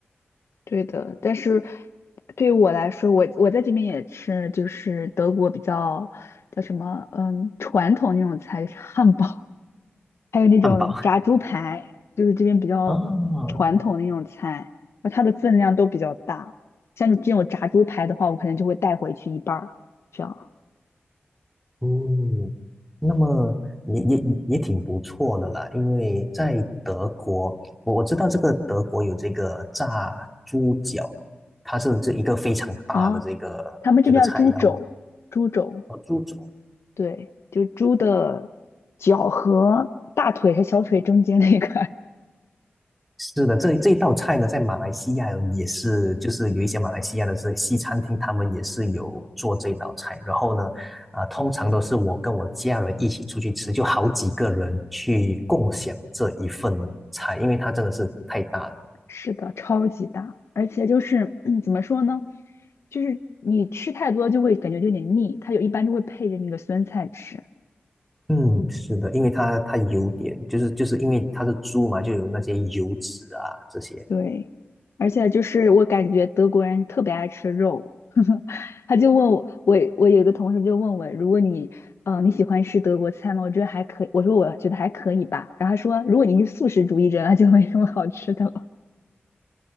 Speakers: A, on the left (about 75°); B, in the centre.
A: 对的，但是对于我来说，我我在这边也吃，就是德国比较叫什么，嗯，传统那种菜，汉堡，还有那种炸猪排，
B: 汉堡。<laughs>
A: 就是这边比较传统的那种菜，
B: 啊，
A: 然后它的分量都比较大。像这种炸猪排的话，我可能就会带回去一半儿，这样
B: 嗯，那么也也也挺不错的啦，因为在德国，我我知道这个德国有这个炸猪脚，它是这一个非常大的这个这个菜肴。
A: 啊。他们这边叫猪肘，猪肘，
B: 哦，猪肘。
A: 对，就是猪的脚和大腿和小腿中间那个
B: 是的，这这一道菜呢，在马来西亚也是，就是有一些马来西亚的这西餐厅，他们也是有做这道菜。然后呢，啊、通常都是我跟我家人一起出去吃，就好几个人去共享这一份菜，因为它真的是太大了。
A: 是的，超级大，而且就是 <clears throat> 怎么说呢，就是你吃太多就会感觉有点腻，它有一般就会配着那个酸菜吃。
B: 嗯，是的，因为它它有点，就是就是因为它是猪嘛，就有那些油脂啊这些。
A: 对，而且就是我感觉德国人特别爱吃肉，<laughs> 他就问我，我我有一个同事就问我，如果你呃你喜欢吃德国菜吗？我觉得还可以，我说我觉得还可以吧。然后他说，如果你是素食主义者，那就没什么好吃的了。